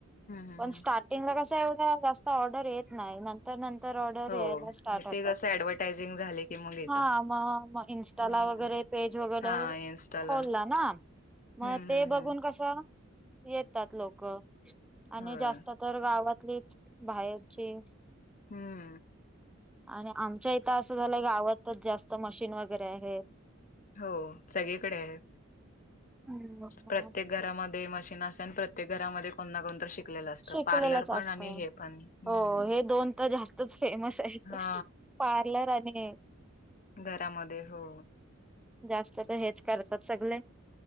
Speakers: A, on the left (about 40°); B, in the centre.
A: हम्म हम्म
B: पण
A: हम्म.
B: स्टार्टिंगला कस, एवढ जास्त ऑर्डर येत नाय ना. तर नंतर ऑर्डर
A: हो
B: यायला स्टार्ट होतात.
A: ते कसं ऍडव्हर्टायझिंग झाले की मग येतं
B: हा म म इन्स्टाला
A: हम्म
B: वैगेरे पेज वगैरे
A: हा इन्स्टाला
B: खोलला ना. मग
A: हम्म
B: ते
A: हम्म
B: बघून
A: हम्म
B: कस येतात लोक. आणि
A: होय
B: जास्त तर गावातली बाहेरची
A: हम्म
B: आणि, आमच्या इथ अस झालय गावातच जास्त मशीन वगैरे आहेत.
A: हो सगळीकडे आहेत.
B: मग
A: प्रत्येक घरामध्ये मशीन अस तेन प्रत्येक घरामध्ये कोण ना कोणतरी शिकलेलं असतं.
B: शिकलेलंच
A: पार्लर पण
B: असत.
A: आणि हे पण. हम्म.
B: हो हे दोन तर जास्तच फेमस आहेत
A: हा.
B: पार्लर आणि हे
A: घरामध्ये हो.
B: जास्त तर हेच करतात सगले.